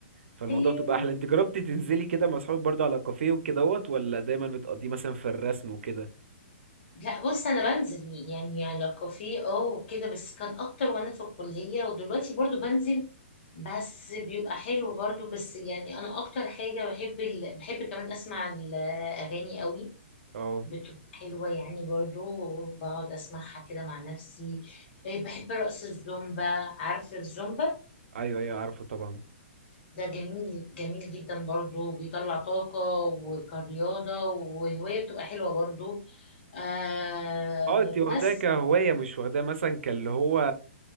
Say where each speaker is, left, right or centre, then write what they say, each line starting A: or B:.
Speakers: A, on the right; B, on the left.
A: فالموضوع
B: أيوه
A: بتبقى احلى انت جربتي تنزلي كده مع اصحابك برضه على كافيه وكدهوت ولا دايما بتقضيه مثلا في الرسم وكده
B: لا بص انا بنزل يعني على كافيه اه وكده بس كان اكتر وانا في الكليه ودلوقتي برضو بنزل بس بيبقى حلو برضو بس يعني انا اكتر حاجه بحب ال... بحب كمان اسمع الاغاني قوي
A: اه
B: بتبقى حلوه يعني برضو بقعد اسمعها كده مع نفسي إيه، بحب رقص الزومبا عارف الزومبا
A: ايوه ايوه عارفه طبعا
B: ده جميل جميل جدا برضو بيطلع طاقه وكرياضه وهوايه بتبقى حلوه برضو آه
A: اه انت واخداها
B: بس
A: كهوايه مش واخداها مثلا كاللي هو